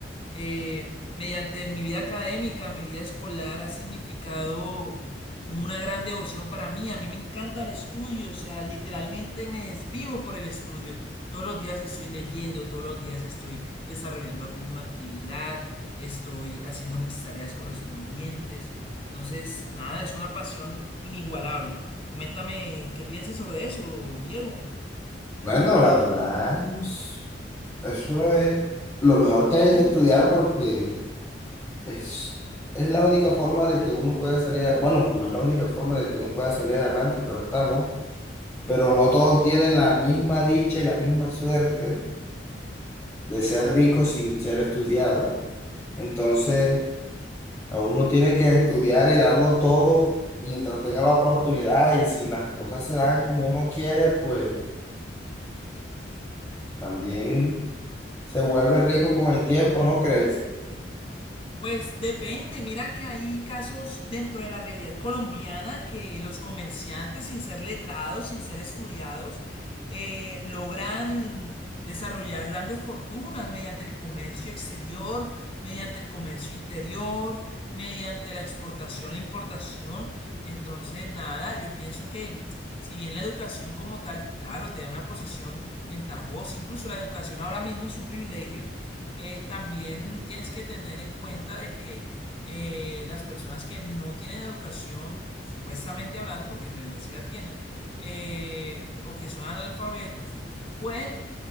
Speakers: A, on the left; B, on the left.
A: eh, mediante mi vida académica, mi vida escolar, ha significado una gran devoción para mí. A mí me encanta el estudio, o sea, literalmente me desvivo por el estudio. Todos los días estoy leyendo, todos los días estoy desarrollando alguna actividad, estoy haciendo mis tareas correspondientes. Entonces, nada, es una pasión inigualable. Coméntame qué piensas sobre eso, Diego.
B: Bueno, la verdad, es- eso es lo mejor que hay es estudiar porque es, es la única forma de que uno pueda salir, a- bueno, no es la única forma de que uno pueda salir adelante, claro está, ¿no? Pero no todos tienen la misma dicha y la misma suerte de ser ricos sin ser estudiados. Entonces... a Uno tiene que estudiar y darlo todo mientras tenga la oportunidad y si las cosas se dan como uno quiere, pues también se vuelve rico con el tiempo, ¿no crees?
A: Pues depende, mira que hay casos dentro de la realidad colombiana que los comerciantes, sin ser letrados, sin ser estudiados, eh, logran desarrollar grandes fortunas mediante el comercio exterior, mediante el comercio interior, mediante la exportación, la importación. Entonces, nada, yo pienso que si bien la educación como tal, claro, te da una posición ventajosa, incluso la educación ahora mismo es un privilegio eh, también tienes que tener en cuenta de que eh, las personas que no tienen educación, supuestamente hablando, porque en realidad sí la tienen, eh, o que son analfabetos, pueden